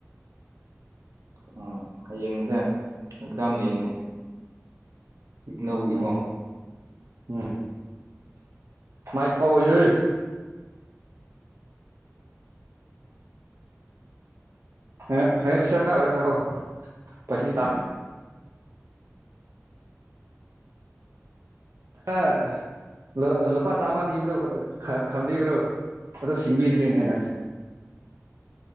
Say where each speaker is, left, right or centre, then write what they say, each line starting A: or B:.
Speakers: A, on the right; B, on the right.
A: ꯑꯣ ꯍꯌꯦꯡꯁꯦ ꯑꯦꯛꯖꯥꯝ ꯂꯩꯌꯦꯅꯦ ꯏꯛꯅꯧꯒꯤꯀꯣ
B: ꯎꯝ ꯎꯝ ꯃꯥꯏ ꯄꯥꯎꯑꯣꯢꯌꯦ ꯍ ꯐꯁꯔ ꯀꯥ ꯑꯣꯏꯔ ꯀꯣ ꯄꯁꯅꯤ ꯄꯥꯛ ꯑ ꯂ ꯂꯨꯄꯥ ꯆꯥ ꯃꯅꯅꯤꯕ꯭ꯔꯣ ꯈꯔ ꯈꯪꯕꯤꯕ꯭ꯔꯣ ꯑꯗꯨ ꯁꯤꯡꯕꯤꯗ꯭ꯔꯤꯅꯦ ꯅꯪꯁꯦ